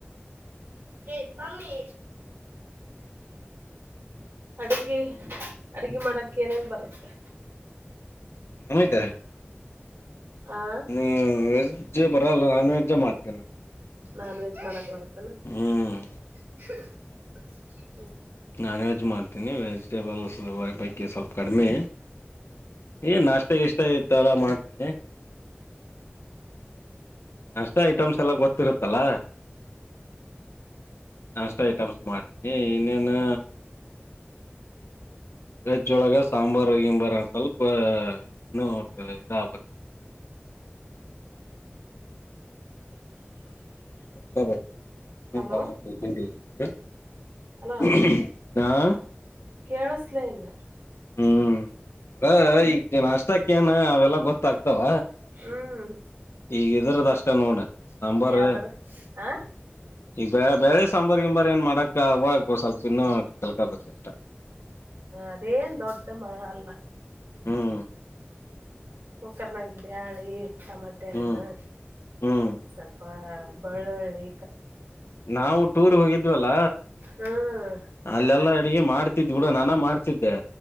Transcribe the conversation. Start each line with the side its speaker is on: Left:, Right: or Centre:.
Right: ಎ ಪಮ್ಮಿ ಅಡಿಗೆ ಅಡಿಗಿ ಮಾಡಕ್ ಏನೇನ್ ಬರುತ್ತೆ?
Left: ನಮ್ದ
Right: ಆ
Left: ಹ್ಮ್ ವೆಜ್ ಬರಲ್ಲ ನಾನ್ ವೆಜ್ಜೇ ಮಾಡ್ತೀನ್
Right: ನಾನ್ವೆಜ್ ಮಾಡಕ್ ಬರು
Left: ಹ್ಮ್
Right: <inaudible>
Left: ನಾನ್ವೆಜ್ ಮಾಡ್ ತಿನ್ನದ್ ಯಾ <unintelligible> ಪೈಕಿ ಸ್ವಲ್ಪ ಕಡಿಮೆ ಏನ್ ನಾಷ್ <unintelligible> ಎಷ್ಟ ಇತಲ್ಲ ಮಾಡ್ತೀದಿದ್ದ. ಅಷ್ಟ ಐಟಮ್ಸ್ ಎಲ್ಲ ಗೊತ್ತಿರತ್ತಲ್ಲ ಅಷ್ಟ ಐಟಮ್ಸ್ ಮಾಡ್ತೀನಿ ಇನ್ನೇನು ವೆಜ್ ಒಳಗೆ ಸಾಂಬಾರು ಗಿಂಬರ ಸ್ವಲ್ಪ ಇನ್ನುೂ ಅಟ ಇದಾಗಬೇಕ.
Right: <inaudible>
Left: <unintelligible>
Right: ಹಲೋ ಹಲೋ
Left: <unintelligible> ಹಾ.
Right: ಕೇಳಸ್ಲೇ ಇಲ್ಲ.
Left: ಹ್ಮ್ ಅದ ಈ. ಈಗ ನಾಸ್ಟಕ ಏನ ಅವೆಲ್ಲ ಗೊತ್ತ. ಆಗ್ತಾವ.
Right: ಹ್ಮ್
Left: ಈಗ ಇದ್ರದ ಅಷ್ಟ ನೋಡ ಸಾಂಬಾರ
Right: ಯಾವ್ದಾರ ಆ
Left: ಈಗ ಬ್ಯಾ ಬ್ಯಾಳಿ ಸಾಂಬಾರ ಗಿಂಬಾರ ಏನ ಮಾಡಾಕ ಆವಕ ಸ್ವಲ್ಪ ಇನ್ನುೂ ಕಲ್ಕಬೇಕ ಅಷ್ಟ.
Right: ಅದೇನ್ ದೊಡ್ಡ ಮಾ ಅಲ್ಲ
Left: ಹ್ಮ್.
Right: ಕುಕ್ಕರನ್ಯಾಗ ಬ್ಯಾಳಿ. ಟಮ್ಯಟೆ
Left: ಹ್ಮ್
Right: ಹಣ್ಣು
Left: ಹ್ಮ್
Right: ಸ್ವಲ್ಪ. ಬಳ್ಳೊಳ್ಳಿ.
Left: ನಾವು ಟೂರ್ ಹೋಗಿದ್ವಲ್ಲ
Right: ಹ್ಮ್
Left: ಅಲ್ಲೆಲ್ಲಾ ಅಡಗೆ ಮಾಡ್ತಿದ್ವಿ ಬಿಡು ನಾನ ಮಾಡ್ತಿದ್ದೆ